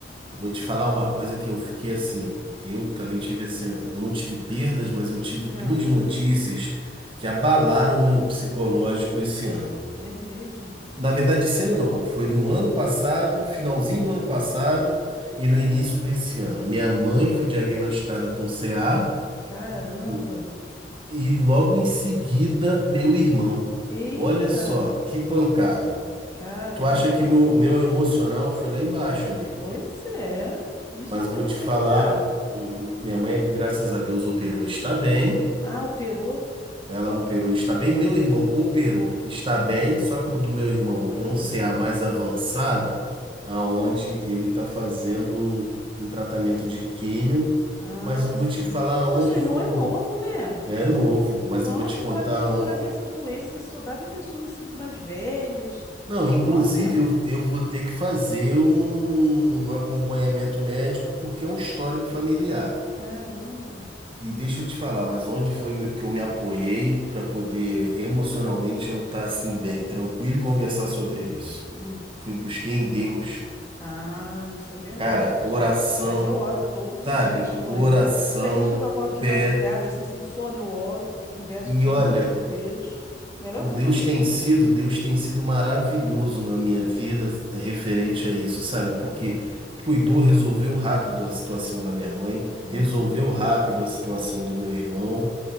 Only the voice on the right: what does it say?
Eu Vou te falar uma coisa que eu fiquei assim. Eu também tive assim, eu não tive perdas, mas eu tive
duas notícias que abalaram meu psicológico esse ano.
Na verdade, esse ano não, foi no ano passado, finalzinho do ano passado e no início desse ano. Minha mãe foi diagnosticada com CA
com- e logo em seguida meu irmão.
Olha só, que pancada.
Tu acha que meu, meu emocional foi lá embaixo, amiga?
Mas
eu vou
te falar,
eu vou- minha mãe, graças a Deus, operou, está bem.
Ela operou, está bem. Meu irmão operou, está bem. Só que o do meu irmão é
um CA mais avançado, aonde ele está fazendo um tratamento de químio.
Mas eu vou
te falar onde
foi
o meu.
É novo, mas
eu vou te contar.
on-
Não, inclusive
eu, eu vou ter que fazer um acompanhamento médico porque é um histórico familiar.
E deixa eu te falar, mas onde foi me- que eu me apoiei para poder emocionalmente eu estar assim bem, tranquilo e conversar sobre isso?
Fui busquei em Deus,
cara, oração,
sabe?
Oração,
pé.
E
olha,
o
Deus
tem sido, Deus tem sido maravilhoso na minha vida eh, referente a isso, sabe? Porque cuidou, resolveu rápido a situação da minha mãe,
resolveu rápido a situação do meu irmão.